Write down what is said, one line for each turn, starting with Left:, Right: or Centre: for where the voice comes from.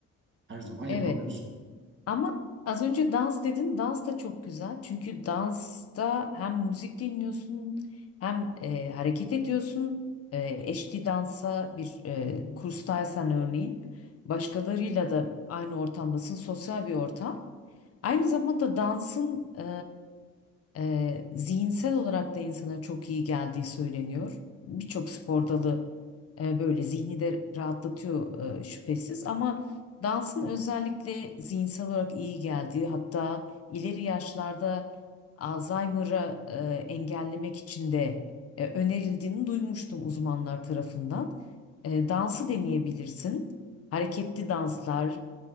Right: Her zaman
Left: Evet
Right: yapamıyorsun.
Left: ama az önce dans dedin. Dans da çok güzel. Çünkü dansta hem müzik dinliyorsun hem e, hareket ediyorsun. E, eşli dansa bir e, kurstaysan örneğin başkalarıyla da aynı ortamdasın. Sosyal bir ortam. Aynı zamanda dansın e, e, zihinsel olarak da insana çok iyi geldiği söyleniyor. Birçok spor dalı e, böyle zihni de rahatlatıyor e, şüphesiz ama dansın özellikle zihinsel olarak iyi geldiği hatta ileri yaşlarda Alzheimer'ı e, engellemek için de e, önerildiğini duymuştum uzmanlar tarafından. E, dansı deneyebilirsin. Hareketli danslar,